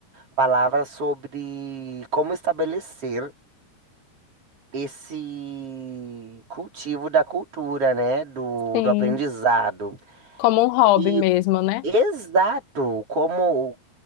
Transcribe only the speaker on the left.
sim.
Como um hobby
mesmo, né?